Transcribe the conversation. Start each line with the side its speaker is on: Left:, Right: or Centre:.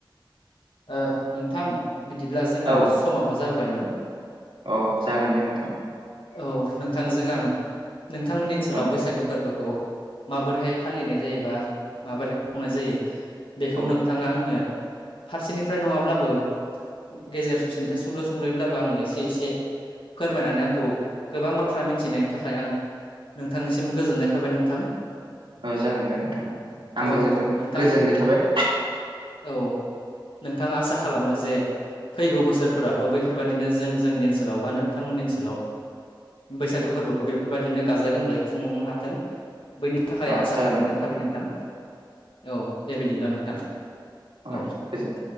Left: ओ नोंथां बिदिब्ला जोंना
Right: औ
Left: समाबो जाबोबायमोन।
Right: अ जागोन दे नोंथां
Left: औ नोंथांजों आं नोंथांमोननि ओनसोलाव
Right: औ
Left: बैसागो फोरबो खौ माबोरैहाय फालिनाय जायोबा माबोरै खुंनाय जायो बेखौ
Right: औ
Left: नोंथाङा आंनो फारसेनिफ्राय नङाब्लाबो गेजेर ससेनिफ्राय सुंल' संल'ब्लाबो आंनो एसे एसे फोरमायनानै आंखौ गोबां बाथ्रा मिथिनायनि थाखाय आं नोंथांनिसिम गोजोननाय थाबाय नोंथां।
Right: औ जागोन दे नोंथां आंबो
Left: औ
Right: जोबोद
Left: नोंथां
Right: गोजोननाय थाबाय
Left: औ नोंथाङा आसा खालामो जे फैगौ बोसोरफोरावबो बैफोरबाददिनो जों जोंनि ओनसोलाव बा नोंथांमोननि ओनसोलाव बैसागो फोरबोखौ बेफोरबायदिनो गाजा गोमजायै खुंलांनो हाथों बैनि थाखाय
Right: औ
Left: आसा
Right: जागोन
Left: खालामनाय थाबाय नोंथां। औ दे बिदिब्ला नोंथां औ।
Right: दे गोजोन्थों